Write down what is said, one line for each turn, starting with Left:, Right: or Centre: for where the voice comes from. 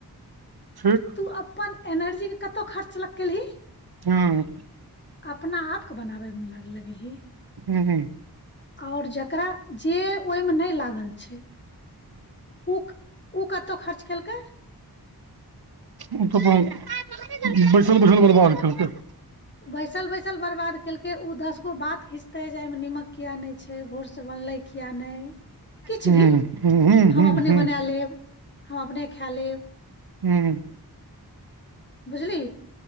Right: ठीक
Left: तू अपन एनर्जी के कतहु खर्च ल केलही
Right: हँ
Left: अपना आपके बनाबैमे ल लगी
Right: हँ हँ
Left: आओर ज करा जे ओहिमे नहि लागल छै ओ ओ कतय खर्च केलकै
Right: ओ तऽ अपन बैसल बैसल
Left: ओ
Right: बर्बाद केलकै
Left: बैसल बैसल बर्बाद केलकै ओ दस गो बात खीचतै जे एहिमे निमक किएक नहि छै भोरसँ बनलै किए नहि किछु
Right: हूँ
Left: भी
Right: हूँ हूँ
Left: हम
Right: हूँ
Left: अपने
Right: हूँ
Left: बना लेब हम अपने खाए लेब
Right: ह्म
Left: बुझली